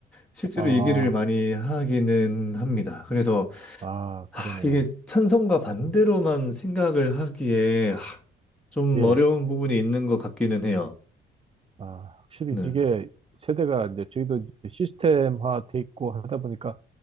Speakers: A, in the centre; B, on the right.
A: 실제로
B: 아,
A: 얘기를 많이 하기는 합니다. 그래서
B: 아,
A: 아,
B: 그러네요.
A: 이게 찬성과 반대로만 생각을 하기에 아, 좀
B: 예.
A: 어려운 부분이 있는 것 같기는 해요.
B: 아, 확실히
A: 네.
B: 이게 세대가 이제 저희도 이제 시스템화 돼 있고 하다 보니까